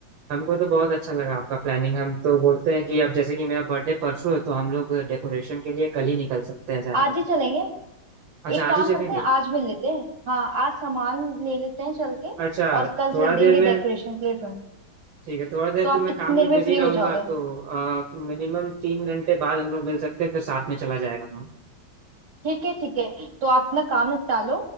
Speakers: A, on the right; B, on the right.
A: हमको तो बहुत अच्छा लगा आपका प्लानिंग हम तो बोलते हैं कि अब जैसे कि मेरा बर्थडे परसों है तो हम लोग डेकोरेशन के लिए कल ही निकल सकते हैं शायद
B: आज ही चलेंगे
A: अच्छा
B: एक काम
A: आज ही
B: करते
A: चलेंगे
B: हैं आज मिल लेते हैं हाँ आज सामान ले लेते हैं चल के
A: अच्छा
B: और कल
A: थोड़ा
B: चल देंगे
A: देर में
B: डेकोरेशन के लिए
A: ठीक है थोड़ा देर
B: तो आप
A: तो मैं
B: कितनी
A: काम में
B: देर में
A: बिजी
B: फ्री
A: रहूंगा
B: हो जाओगे
A: तो मिनिमम तीन घंटे बाद हम लोग मिल सकते हैं फिर साथ में चला जाएगा काम
B: ठीक है ठीक है तो आप अपना काम निपटा लो